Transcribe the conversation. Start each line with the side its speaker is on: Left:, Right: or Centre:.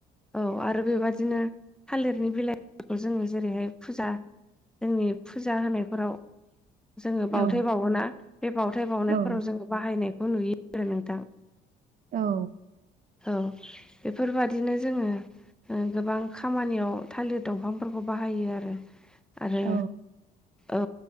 Centre: औ आरो बेबादिनो थालिरनि बिलाइफोरखौ जोङो जेरैहाय फुजा जोंनि फुजा होनायफोराव जोङो बावथाय
Right: औ
Centre: बावोना बे बावथाय
Right: औ
Centre: बावनायफोराव जोङो बाहायनायखौ नुयो आरो नोंथां
Right: औ
Centre: औ बेफोरबादिनो जोङो ओ गोबां खामानियाव थालिर दंफांफोरखौ बाहायो आरो आरो
Right: औ
Centre: औ